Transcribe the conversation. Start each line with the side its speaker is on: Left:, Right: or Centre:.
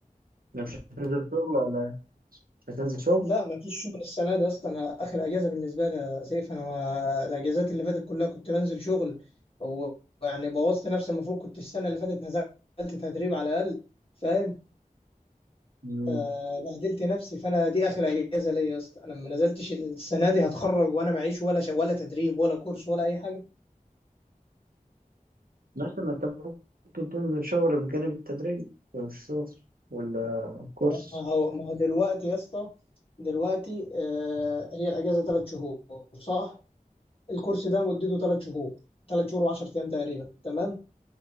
Right: لا مش هتنزل شغل ولا إيه؟ مش هتنزل شغل
Left: لا ما فيش شغل السنه دي يا اسطى انا اخر اجازه بالنسبه لي يا سيف انا ما... الاجازات اللي فاتت كلها كنت بنزل شغل ويعني بوظت نفسي المفروض كنت السنه اللي فاتت نزلت تدريب على الاقل فاهم
Right: مم.
Left: آه بهدلت نفسي فانا دي اخر اجازه ليا يا اسطى انا ما نزلتش السنه دي هتخرج وانا معيش ولا ش... ولا تدريب ولا كورس ولا اي حاجه
Right: ماشي ما أنت ممكن تنزل شغل بجانب التدريب والشغل والكورس
Left: ما هو ما هو دلوقتي يا اسطى دلوقتي آه هي الاجازه ثلاث شهور صح الكورس ده مدته ثلاث شهور ثلاث شهور و10 ايام تقريبا تمام